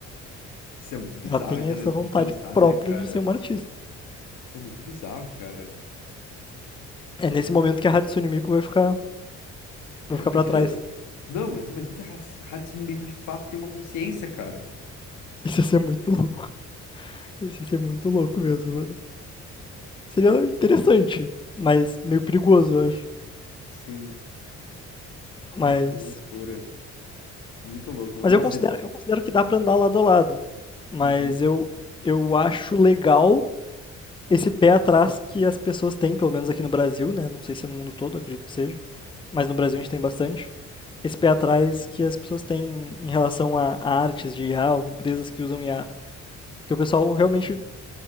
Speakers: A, on the left (about 80°); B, on the left (about 15°).
A: Isso é muito bizarro
B: Ela tenha
A: de,
B: essa
A: le-
B: vontade
A: de pensar,
B: própria
A: né, cara?
B: de ser uma artista.
A: Isso é muito bizarro, cara.
B: É nesse momento que a Hatsune Miku vai ficar,
A: Cara,
B: vai ficar
A: imagina.
B: pra trás.
A: Não, mas imagina se a raça- raça inimigo de fato tem uma consciência, cara.
B: <laughs> Isso ia ser muito louco. Isso ia ser muito louco mesmo, mano. Seria interessante, mas meio perigoso, eu acho.
A: Sim. Cara,
B: Mas,
A: que loucura. Muito louco.
B: mas
A: Nossa.
B: eu considero, eu considero que dá pra andar lado a lado. Mas
A: uhum.
B: eu, eu acho legal esse pé atrás que as pessoas têm, pelo menos aqui no Brasil, né? Não sei se é no mundo todo, acredito que seja, mas no Brasil a gente tem bastante. Esse pé atrás que as pessoas têm em relação a artes de IA ou empresas que usam IA. Porque o pessoal realmente